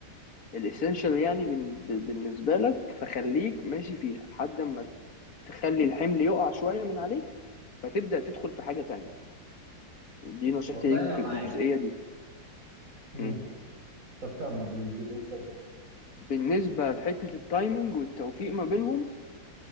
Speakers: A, on the left; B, on the right.
A: الاسينشال يعني بن- ب- بالنسبه لك فخليك ماشي فيها لحد ما تخلي الحمل يقع شويه من عليك فتبدا تدخل في حاجه تانية دي نصيحتي
B: والله
A: ليك
B: انا
A: في
B: معاك
A: الجزئيه دي
B: مم.
A: م.
B: طب كمل والجزء التاني
A: بالنسبه لحته التايمينج والتوفيق ما بينهم